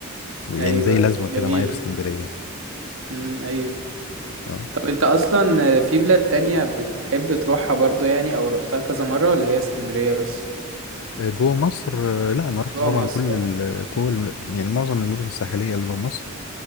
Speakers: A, on the left; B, on the right.
A: يعني
B: ايوه
A: زي لازمة
B: جميلة
A: كده معايا في اسكندرية
B: امم ايوه
A: اه
B: طب انت اصلا في بلاد تانية بتحب تروحها برضو يعني او روحتها كذا مرة ولا هي اسكندرية بس
A: آه، جوه مصر آه، لا انا رحت
B: جوه
A: طبعا
B: مصر
A: كل
B: اه
A: ال... كل يعني معظم المدن الساحلية اللي جوه مصر